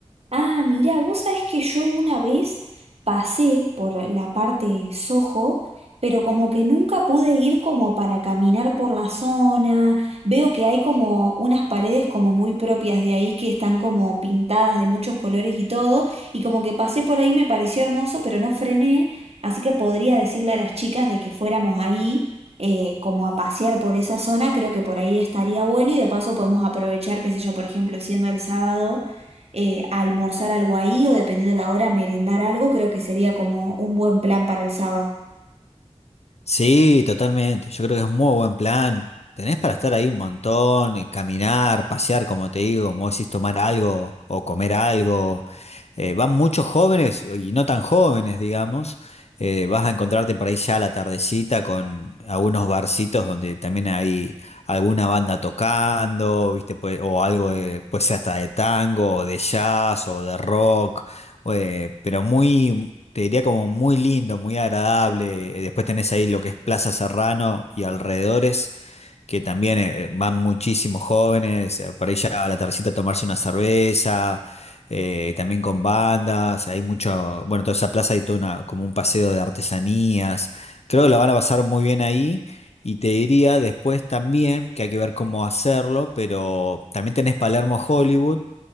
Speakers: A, on the right; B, on the left.
A: Ah, mirá, vos sabés que yo una vez pasé por la parte Soho, pero como que nunca pude ir como para caminar por la zona. Veo que hay como unas paredes como muy propias de ahí que están como pintadas de muchos colores y todo, y como que pasé por ahí me pareció hermoso, pero no frené, así que podría decirle a las chicas de que fuéramos ahí. eh, como a pasear por esa zona, creo que por ahí estaría bueno y de paso podemos aprovechar, qué sé yo, por ejemplo, siendo el sábado eh, almorzar algo ahí o dependiendo la hora, merendar algo, creo que sería como un buen plan para el sábado.
B: Sí, totalmente. Yo creo que es un muy buen plan. Tenés para estar ahí un montón, eh, caminar, pasear, como te digo, como decís, tomar algo o comer algo. Eh, van muchos jóvenes y no tan jóvenes, digamos. Eh, vas a encontrarte por ahí ya a la tardecita con algunos barcitos donde también hay alguna banda tocando, ¿viste? Pues- o algo de, pues hasta de tango, o de jazz, o de rock. eh, pero muy, te diría como muy lindo, muy agradable. Eh, Después tenés ahí lo que es Plaza Serrano y alrededores, que también eh, van muchísimos jóvenes, eh, por ahí ya a la tardecita a tomarse una cerveza, eh, también con bandas, hay mucho, bueno, toda esa plaza hay todo una, como un paseo de artesanías. Creo que lo van a pasar muy bien ahí. Y te diría después también que hay que ver cómo hacerlo, pero también tenés Palermo Hollywood